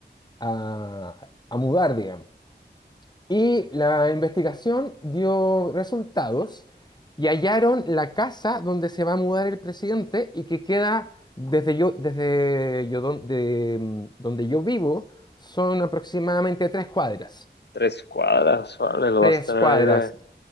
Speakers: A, on the left; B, on the left.
A: a, a mudar, digamos. Y la investigación dio resultados y hallaron la casa donde se va a mudar el presidente y que queda desde yo, desde yo don- de, mm, donde yo vivo, son aproximadamente tres cuadras.
B: Tres cuadras, vale, lo
A: Tres
B: vas a tener
A: cuadras,
B: ahí de...